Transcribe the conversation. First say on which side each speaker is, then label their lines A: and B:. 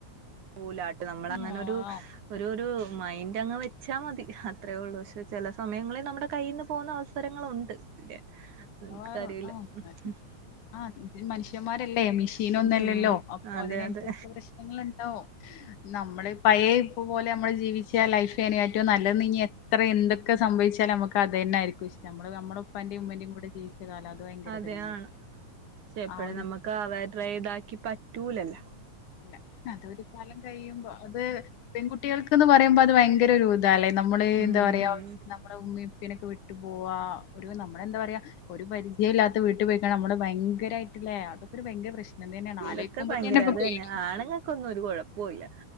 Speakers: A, on the right (about 75°); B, on the left (about 80°).
A: പോലാട്ട് നമ്മളങ്ങനൊരു
B: ആഹ്
A: ഒരു ഒരു മൈൻഡ് അങ്ങ് വെച്ചാൽ മതി അത്രയേ ഉള്ളൂ പക്ഷെ ചില സമയങ്ങളിൽ നമ്മുടെ കയ്യിന്ന് പോന്ന അവസ്ഥ രങ്ങള് ഉണ്ട് പിന്നെ എനിക്ക്
B: ആഹ്.
A: അറില്ല <unintelligible>
B: ആഹ് മനുഷ്യന്മാരല്ലേ മെഷീൻ ഒന്നുംല്ലല്ലോ
A: പിന്നെ
B: അപ്പോ
A: അതെ
B: അതിനനുസരിച്ച
A: അതെ
B: പ്രശ്നങ്ങളുണ്ട് നമ്മള് പയേ പോലെ നമ്മള് ജീവിച്ച ലൈഫ് ഏറ്റവും നല്ലെന്ന് ഇനി എത്ര എന്തൊക്കെ സംഭവിച്ചാലും നമുക്ക് അതന്നായിരിക്കും ഇഷ്ടം നമ്മള് നമ്മളെ പ്പാന്റെയും ഉമ്മന്റെയും കൂടെ ജീവിച്ച കാലം അത് ഭയങ്കരം
A: അതെ
B: തന്നാടി
A: ആണ് പക്ഷെ എപ്പഴും
B: ആ ഒരു
A: നമുക്ക് അവരുടെ ഇതാക്കി പറ്റൂലല്ലാ <unintelligible>
B: ഇല്ല അത് ഒരു കാലം കഴിയുമ്പൊ അത് പെൺകുട്ടി കുട്ടികൾക്ക്ന്ന് പറയുമ്പൊ അത് ഭയങ്കര ഒരു ഇതാല്ലെ നമ്മള്
A: ഉം
B: എന്താ പറയാ നമ്മടെ ഉമ്മേം ഒക്കെ വിട്ടു പോവാ ഒരു നമ്മളെന്താ പറയാ ഒരു പരിചയം ഇല്ലാത്ത വീട്ടിൽ പോയിക്ക നമ്മുടെ ഭയങ്കരായിട്ടില്ലേ അതൊക്കെ ഒരു ഭയങ്കര പ്രശ്നം തന്നെയാണ്
A: ഇതൊക്കെ
B: ആലോയ്ക്കുമ്പത്തമ്മക്ക്
A: ഭയങ്കര അത്
B: പേടി
A: തന്നെ ആണുങ്ങൾക്കൊന്നും ഒരു കുഴപ്പൊല്ല